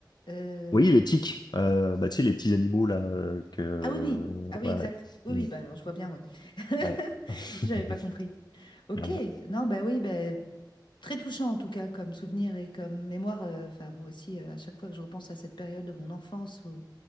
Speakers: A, on the left; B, on the left.
A: euh,
B: Oui, les tiques. Euh, bah, tu sais, les petits animaux là euh, que.
A: Ah oui, oui. Ah oui,
B: Ouais,
A: exact.
B: ouais.
A: Oui,
B: Mm.
A: oui, bah alors je vois bien, ouais. <laughs>
B: Ouais. <laughs>
A: J'avais pas compris. Ok,
B: Voilà.
A: non, bah oui, bah, très touchant en tout cas comme souvenir et comme mémoire. euh, Enfin, moi aussi, euh, à chaque fois que je repense à cette période de mon enfance ou-